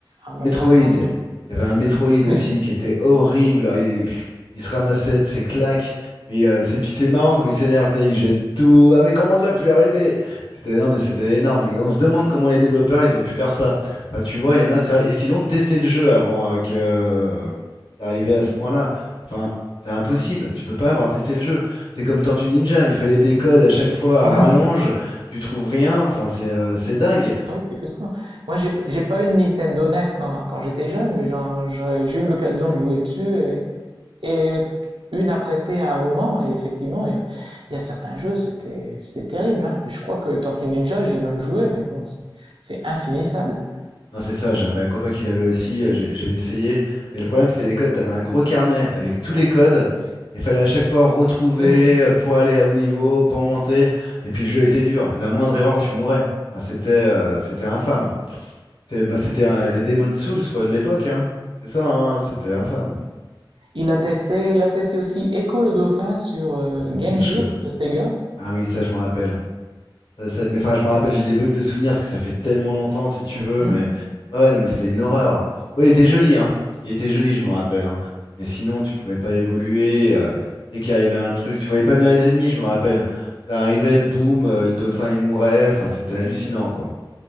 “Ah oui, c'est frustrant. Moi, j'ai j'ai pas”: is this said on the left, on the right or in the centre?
Right